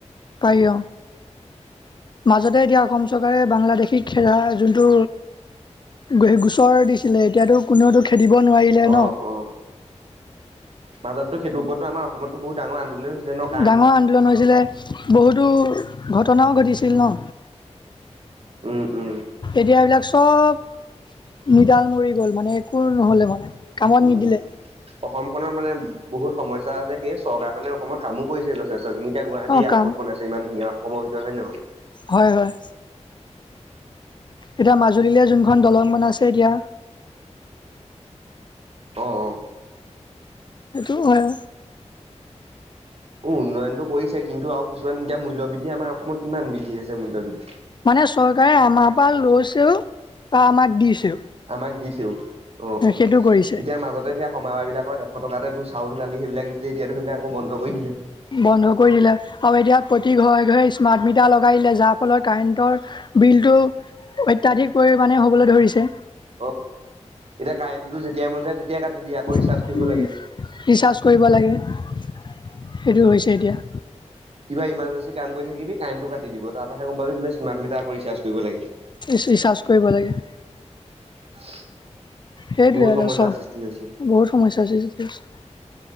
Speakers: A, on the left; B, on the right.
A: পাৰি অঁ মাজত- তাকে এতিয়া অসম চৰকাৰে বাংলাদেশী খেদা যোনটো সেই গোচৰ দিছিলে এতিয়াতো কোনেওতো- খেদিব নোৱাৰিলে
B: অ
A: ন
B: অ মাজতো সেইটোৰ ওপৰতো আমাৰ অসমতো বহুত ডাঙৰ আন্দোলন হৈছিলে ন কা
A: ডাঙৰ আন্দোলন হৈছিলে। বহুতো ঘটনাওঁ ঘটিছিল ন।
B: উম উম।
A: এতিয়া এইবিলাক চব মিডাল মৰি গ'ল মানে একো নহ'লে মানে। কামত নিদিলে
B: উম অসমখনত মানে বহুত সমস্যা স্যা আছে সেই চৰকাৰখনে অসমত কামো কৰিছে যথেষ্টখিনি এতি গুৱাহাটী
A: অঁ
B: এয়াৰপৰ্ট
A: কাম
B: বনাইছে ইমান ধুনীয়া অসমৰ ভিত ৰত হয় নে নহয়?
A: হয় হয়। এতিয়া মাজুলীলৈ যোনখন দলং বনাইছে এতিয়া
B: অঁ অ
A: সেইটো হয়।
B: অ উন্নয়নতটো কৰিছে কিন্তু আৰু কিছুমান এতিয়া মূল্যবৃদ্ধি আমাৰ অসমত কিমান বৃদ্ধি হৈছে মূল্যবৃদ্ধি
A: মানে চৰকাৰে আমাৰ পৰা লৈছেওঁ বা আমাক দিছেও।
B: আমাক দিছেও অঁ অঁ
A: সেইটো কৰিছে
B: এতিয়া মাজতে সেই সমাৰাহ বিলাকত- এশ টকাতে তোৰ চাউল দালি সেইবিলাক দিছিলে, এতিয়াতো সেইবিলাক আকৌ বন্ধ কৰি দিলে।
A: বন্ধ কৰি দিলে আৰু এতিয়া প্ৰতি ঘৰে ঘৰে স্মাৰ্ট মিটাৰ লগাই দিলে যাৰ ফলত কাৰেণ্টৰ বিলটো অত্যাধিক পৰিমাণে হ'বলৈ ধৰিছে,
B: অ, এতিয়া কাৰেণ্টতো যেতিয়াই মন যায় তেতিয়াই কাটি দিয়ে আকৌ
A: ৰিচাৰ্জ
B: ৰিচাৰ্জ কৰিব লাগে।
A: কৰিব লাগে। সেইটো হৈছে এতিয়া।
B: কিবা ইমাৰ্জেন্সি কাম কৰি থাকিবি কাৰেণ্টটো কাটি দিব তাৰ পৰা হে গম পাবি বোলে স্মাৰ্ট মিটাৰ কৰি ৰিচাৰ্জ কৰিব লাগে।
A: ৰিচাৰ্জ কৰিব লাগে।
B: <unintelligible>
A: সেইটোৱে
B: বহুত
A: <inaudible> ইয়াৰে
B: সমস্যাৰ
A: ছ
B: সৃষ্টি হৈছে
A: বহুত সমস্যা সৃষ্টি হৈছে <inaudible>